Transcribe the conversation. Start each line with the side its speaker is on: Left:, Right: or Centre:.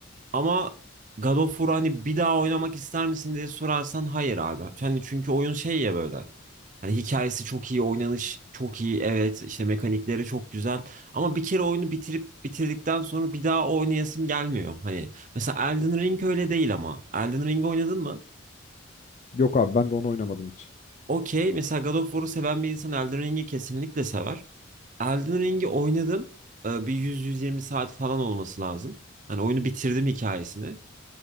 Right: Ama God of War hani bir daha oynamak ister misin diye sorarsan hayır abi. Hani çünkü oyun şey ya böyle. Hani hikayesi çok iyi, oynanış çok iyi, evet işte mekanikleri çok güzel. Ama bir kere oyunu bitirip bitirdikten sonra bir daha oynayasım gelmiyor. Hani mesela Elden Ring öyle değil ama. Elden Ring oynadın mı?
Left: Yok abi ben de onu oynamadım hiç.
Right: Okey. Mesela God of War'u seven bir insan Elden Ring'i kesinlikle sever. Elden Ring'i oynadım. Ee, bir 100-120 saat falan olması lazım. Hani oyunu bitirdim hikayesini.